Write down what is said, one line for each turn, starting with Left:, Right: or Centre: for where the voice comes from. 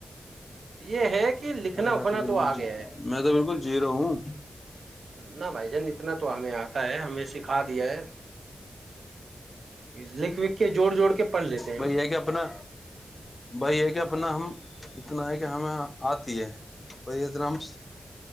Right: یہ ہے کہ لکھنا
Left: ارے
Right: اکھنا
Left: میں تو بالکل
Right: آ گیا
Left: جی
Right: ہے
Left: میں تو بالکل جی رہو ہوں
Right: نہ بھائی جان اتنا تو ہمیں آتا ہے ہمیں سکھا دیا ہے لکھ وک کے جوڑ جوڑ کے پڑھ لیتے ہیں ہم
Left: بھائی یہ کہ اپنا بھائی یہ کہ اپنا ہم اتنا ہے کہ ہمیں آتی ہے بائی اتنا ہم